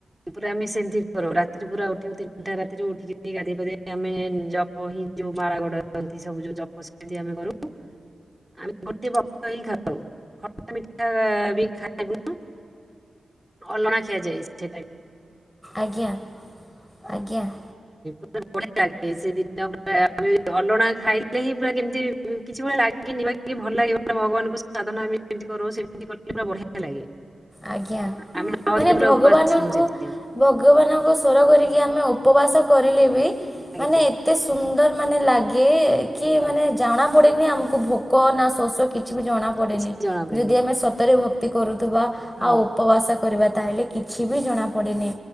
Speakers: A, on the right (about 20°); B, in the centre.
A: ପୁରା ଆମେ ସେମିତି କରୁ ରାତିରେ ପୁରା ଉଠ ତିନିଟା ରାତିରେ ଉଠିକି ଗାଧୋଇ ପାଧେଇ ଆମେ ଜପ ହିଁ ଯୋଉ ମାଳ ଗଡନ୍ତି ସବୁ ଜପ ସେମିତି ଆମେ କରୁ। ଆମେ ଗୋଟେ ବକ୍ତ ହିଁ ଖାଉ। ପିଠା ବି ଖାଇବୁ ଅଲଣା ଖିଆଯାଇଛି। ସେଟ
B: ଆଜ୍ଞା ଆଜ୍ଞା ଆଜ୍ଞା।
A: <unintelligible> ପ ବଢିଆ ଲାଗେ ସେ ଦିନା ପୁରା ଅଲଣା ଖାଇଲେ ହିଁ ପୁରା କେମିତି କିଛି ଭଳିଆ ଲାଗିକି ନ ଭଲ ଲାଗେଟା ଭଗବାନଙ୍କୁ ସାଧନା ସେମିତି କର ସେମିତି କଲେ ପୁରା ବଢିଆ ଲାଗେ।
B: ଆଜ୍ଞା
A: ଆମେ ନଅ
B: ମାନେ
A: ଦିନ ପୁରା
B: ଭଗବାନଙ୍କୁ
A: ଉପବାସ ରହୁ ସେମିତି
B: ଭଗବାନଙ୍କୁ ସ୍ୱର କରିକି ଆମେ ଉପବାସ କରିଲେ ବି
A: ଆଜ୍ଞା
B: ମାନେ ଏତେ ସୁନ୍ଦ ମାନେ ଲାଗେ କି କି
A: ହଁ
B: ମାନେ ଜଣା ପଡନି ଆ ଙ୍କୁ ଭୋକ ନା ଶୋ କିଛି କିଛି ବି ଜଣା ପଡେନି
A: କିଛି ଜଣା ପଡେନି
B: ଯଦି ଆମେ ସତରେ ଭତ କରୁଥିବା
A: ହଁ
B: ଆଉ ଉପବାସ କରିବା ତାହେଲେ କିଛି ବି ଜଣା ପଡେନି।